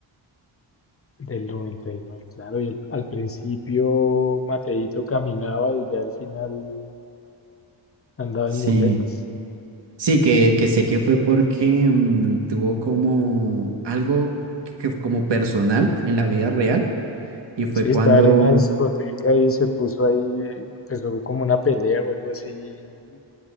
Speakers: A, on the left; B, on the right.
A: del noventa y nueve claro. Y el- al principio Mateito caminaba y ya al final andaba
B: Sí,
A: en muletas.
B: sí, que, que sé que fue porque mm, tuvo como algo que, que como personal en la vida real y fue
A: Sí,
B: cuando
A: estaba en una discoteca y se puso ahí, empezó como una pelea o algo así,